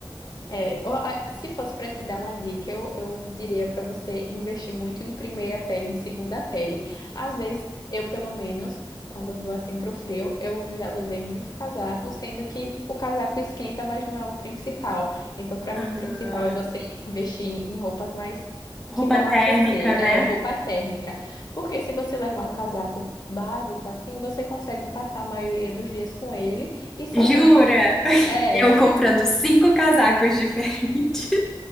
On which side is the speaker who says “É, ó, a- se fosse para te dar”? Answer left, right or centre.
Left